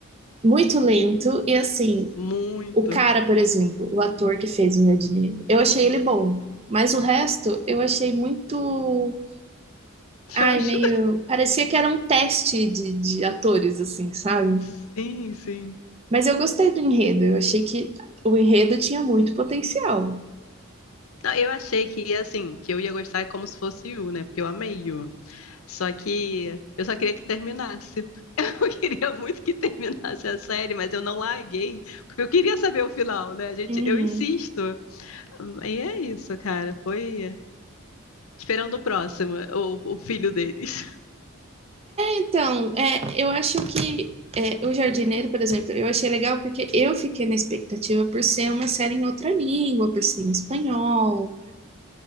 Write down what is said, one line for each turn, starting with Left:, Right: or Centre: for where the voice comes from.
Right: muito lento. E assim,
Left: Muito.
Right: o cara, por exemplo, o ator que fez o meu dinheiro, eu achei ele bom. Mas o resto eu achei muito
Left: Xoxo.
Right: Ai, meio. Parecia que era um teste de, de atores, assim, sabe?
Left: Sim, sim.
Right: Mas eu gostei do enredo. Eu achei que o enredo tinha muito potencial.
Left: Não, eu achei que, assim, que eu ia gostar como se fosse Yu, né? Porque eu amei Yu. Só que eu só queria que terminasse. <laughs> Eu queria muito que terminasse a série, mas eu não larguei, porque eu queria saber o final, né? Gente,
Right: Uhum.
Left: eu insisto. E é isso, cara. Foi esperando o próximo, o, o filho deles.
Right: Então, é, eu acho que é, O Jardineiro, por exemplo, eu achei legal porque eu fiquei na expectativa por ser uma série em outra língua, por ser em espanhol.